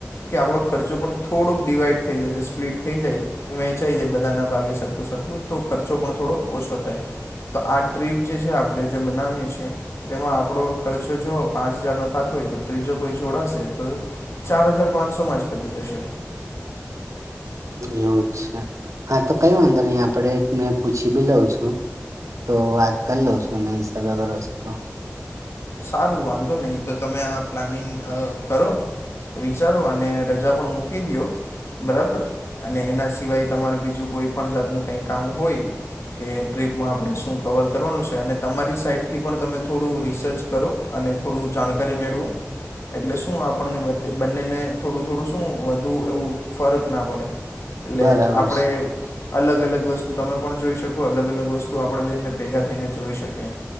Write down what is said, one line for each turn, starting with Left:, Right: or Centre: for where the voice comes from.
Left: કે આપણો ખર્ચો પણ થોડોક ડિવાઈડ થઈ જશે સ્પ્લિટ થઈ જાય. વહેંચાઈ જાય બધાના ભાગે સરખું- સરખું તો ખર્ચો પણ થોડો ઓછો થાય. તો આ ટ્રીપ જે છે આપડે જે બનાવીએ છે તેમાં આપણો ખર્ચો જો પાંચ હજારનો થતો હોય તો ત્રીજો કોઈ જોડાશે તો ચાર હજાર પાંચસોમાં જ પતી જશે.
Right: એવું છે હા, તો કઈ વાંધો નઈ આપડે એક ને પૂછી બી લઉં છું. તો વાત કર લઉ છું એના હીસાબ અગર હશે તો.
Left: સારું વાંધો નહીં તો તમે આ પ્લાનિંગ અ કરો. તો વિચારો અને રજા પણ મૂકી દિયો. બરાબર અને એના સિવાય તમારે બીજું કોઈ પણ જાતનું કંઈ કામ હોય કે ટ્રીપમાં આપણે શું કવર કરવાનું છે અને તમારી સાઈટથી પણ તમે થોડું રિસર્ચ કરો અને થોડું જાણકારી મેળવો. એટલે શું આપણને બધ બંનેને થોડું- થોડું શું વધુ એવું ફરક ના પડે. એટલે
Right: બરાબર
Left: આપડે
Right: છે
Left: અલગ- અલગ વસ્તુ તમે પણ જોઈ શકો અલગ -અલગ વસ્તુ આપણે બનેભેગા થઈને જોઈ શકીએ.